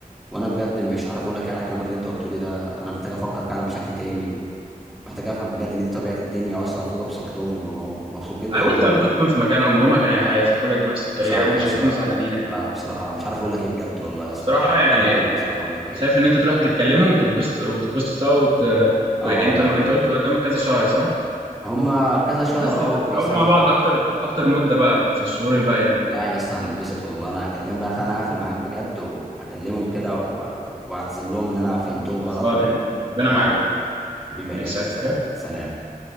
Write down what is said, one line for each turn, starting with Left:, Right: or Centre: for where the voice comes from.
Centre: وانا بجد مش عارف اقول لك ايه على كلامك اللي انت قلته لي ده انا محتاج افكر فعلا بشكل تاني ومحتاج افهم بجد ان دي طبيعه الدنيا اصلا المفروض ابسط لهم وابقى م- مبسوط جدا
Right: أو
Centre: ليهم
Right: أنت ممكن تكون في مكانهم وهم كانوا هيفرحوا لك بنفس الطريقة
Centre: صح
Right: ومش
Centre: يا اسطى
Right: هيكونوا زعلانين أكيد
Centre: لا بصراحه مش عارف اقول لك ايه بجد والله يا اسطى
Right: بصراحة
Centre: ربنا
Right: يعني
Centre: مش عارف اقول لك ايه
Right: شايف
Centre: يعني.
Right: إن أنت تروح تتكلموا وتتبسطوا وتتبسطوا سوا وت... وأنت
Centre: اه والله
Right: أنت
Centre: فعلا
Right: قلت قدامك كذا شهر صح؟
Centre: هم كذا شهر
Right: بس
Centre: اه
Right: بس
Centre: ويسافروا
Right: اقعدوا مع بعض أكتر أكتر مدة بقى في الشهور الباقية دي
Centre: لا يا اسطى هنبسط والله انا هكلمهم بقى فانا هقفل معاك بجد وهكلمهم كده و... واعتذر لهم ان انا فهمتهم
Right: خلصانة
Centre: غلط و...
Right: يعني ربنا
Centre: حبيبي
Right: معاكم
Centre: حبيبي يا
Right: مش
Centre: غالي تسلم
Right: عايز حاجة
Centre: سلام